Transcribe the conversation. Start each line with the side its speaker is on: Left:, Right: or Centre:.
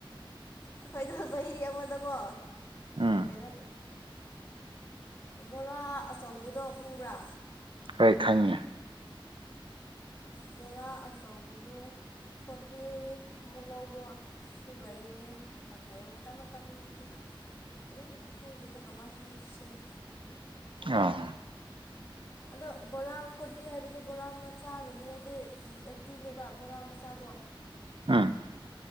Left: ꯑꯩꯈꯣꯏꯗꯣ ꯆꯍꯤ ꯑꯃꯗꯀꯣ
Right: ꯎꯝ
Left: ꯀꯩꯅꯣ ꯕꯣꯔꯥ ꯑꯆꯧꯕꯗꯣ ꯈꯪꯕ꯭ꯔꯥ
Right: ꯍꯣꯏ ꯈꯪꯉꯦ
Left: ꯕꯣꯔꯥ ꯑꯆꯑꯧꯕꯗꯣ ꯐꯣꯔꯇꯤꯃꯨꯛ ꯂꯧꯕ꯭ꯔꯣ ꯁꯨ ꯂꯩꯌꯦ ꯃꯇꯝ ꯂꯩꯌꯦ ꯃꯇꯝ ꯃꯇꯝꯒꯤ ꯑꯗꯨꯝ ꯐꯪꯗꯗ ꯀꯃꯥꯏꯅ ꯍꯥꯏꯗꯣꯏꯁꯤꯔ
Right: ꯑ
Left: ꯑꯗꯣ ꯕꯣꯔꯥ ꯐꯣꯔꯇꯤ ꯍꯥꯏꯕꯁꯦ ꯕꯣꯔꯥ ꯃꯆꯥꯒꯨꯝꯕꯗꯗꯤ ꯑꯦꯠꯇꯤꯅꯦꯕ ꯕꯣꯔꯥ ꯃꯆꯥꯗꯣ
Right: ꯎꯝ